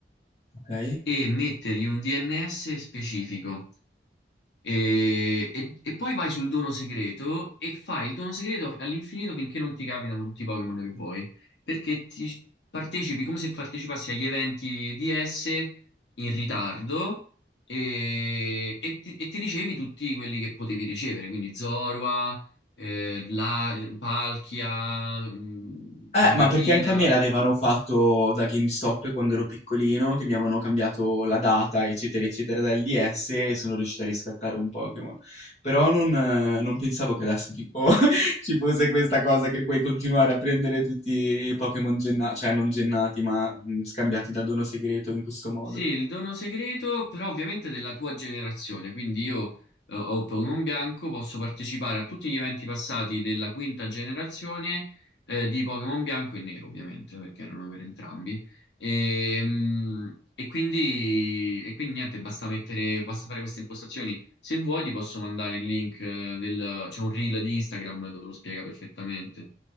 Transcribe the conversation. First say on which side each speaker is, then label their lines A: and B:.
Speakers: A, on the left; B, on the left.
A: Ok? Ok?
B: e mettergli un DNS specifico. E, e- e poi vai sul dono segreto e fai il dono segreto all'infinito finché non ti capitano tutti i Pokémon che vuoi. Perché ti partecipi come se partecipassi agli eventi DS in ritardo e, e ti, e ti ricevi tutti quelli che potevi ricevere, quindi Zorua, eh, la, Palkia, mh,
A: Eh,
B: Giratina.
A: ma perché anche a me l'avevano fatto da GameStop quando ero piccolino, che mi avevano cambiato la data, eccetera, eccetera, dal DS e sono riuscito a riscattare un Pokémon. Però non, eh, non pensavo che adesso tipo <laughs> ci fosse questa cosa che puoi continuare a prendere tutti i Pokémon gennati, cioè non gennati, ma mm, scambiati da dono segreto in questo modo.
B: Sì, il dono segreto, però ovviamente della tua generazione, quindi io eh, ho Pokémon Bianco, posso partecipare a tutti gli eventi passati della quinta generazione eh, di Pokémon Bianco e Nero, ovviamente, perché erano per entrambi. E, mm, e quindi, e quindi niente, basta mettere, basta fare queste impostazioni. Se vuoi ti posso mandare il link eh, del, c'è un reel di Instagram dove lo spiega perfettamente.